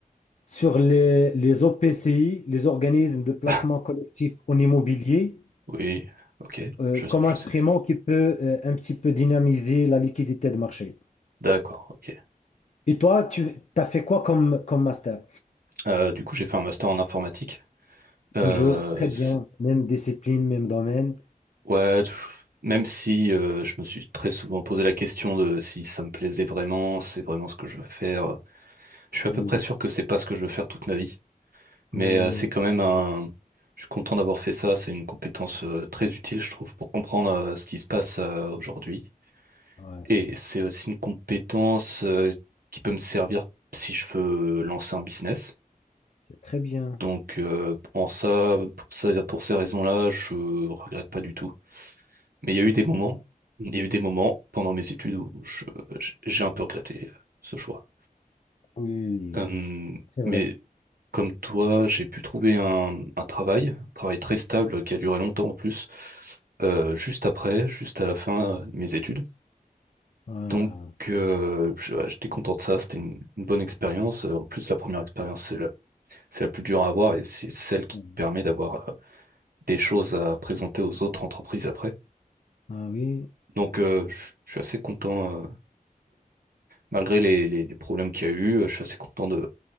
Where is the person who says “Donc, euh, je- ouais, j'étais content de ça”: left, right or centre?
Right